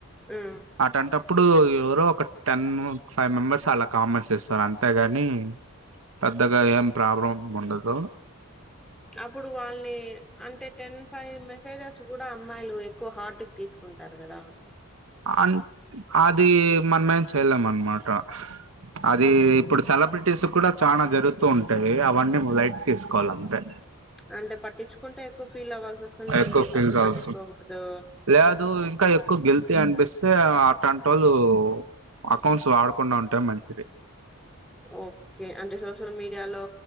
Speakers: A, in the centre; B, on the right.
A: ఉమ్
B: అటాంటప్పుడు ఎవరో ఒక టెన్ ఫైవ్ మెంబెర్స్ అలా కామెంట్స్ ఇస్తారు అంతేగాని పెద్దగా ఏం ప్రాబ్లం ఉండదు.
A: అప్పుడు వాల్ని అంటే టెన్ ఫైవ్ మెసేజెస్ కూడా అమ్మాయిలు ఎక్కువ హార్ట్ కి తీసుకు కుంటారు కదా
B: అన్ అది మనమేం చేయలేం అనమాట. అది
A: ఉమ్
B: ఇప్పుడు సెలబ్రిటీస్ కూడా చానా జరుగుతూ ఉంటాయి అవన్నీ లైట్ తీసుకోవాలంతే
A: అంటే పట్టిచ్చుకుంటే ఎక్కువ ఫీల్ అవ్వాల్సి వస్తుంది దాన్నిల్
B: ఎక్కువ ఫీల్స్
A: అసలు
B: అవసరం
A: పట్టిచ్చుకోకూడదు.
B: లేదు ఇంకా ఎక్కువ గిల్టీ అనిపిస్తే అట్టాంటోళ్ళు అకౌంట్స్ వాడకుండా ఉంటే మంచిది.
A: ఓకే. అంటే సోషల్ మీడియాలో